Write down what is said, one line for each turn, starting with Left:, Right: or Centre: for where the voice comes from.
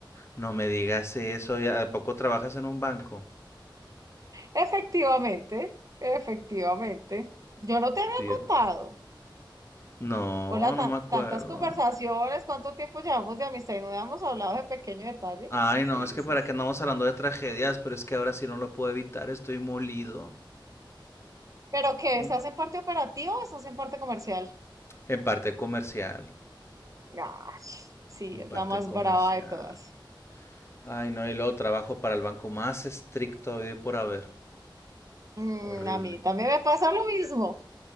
Left: No me digas eso, ¿y ¿a poco trabajas en un banco?
Right: Efectivamente, efectivamente. Yo no te había
Left: Dios.
Right: contado.
Left: No,
Right: Hola,
Left: no
Right: tan-
Left: me acuerdo.
Right: tantas conversaciones, cuánto tiempo llevamos de amistad y no habíamos hablado de pequeño detalle.
Left: Ay,
Right: Sí,
Left: no, es que
Right: sí,
Left: para
Right: sí.
Left: qué andamos hablando de tragedias, pero es que ahora sí no lo puedo evitar, estoy molido.
Right: ¿Pero qué?
Left: Mu-
Right: ¿Estás en parte operativa o estás en parte comercial?
Left: En parte comercial,
Right: Ah, sí,
Left: en
Right: es
Left: parte
Right: la más
Left: comercial.
Right: brava de todas.
Left: Ay, no, y luego trabajo para el banco más estricto hoy por haber.
Right: Mm,
Left: Horrible.
Right: a mí también me pasa lo mismo.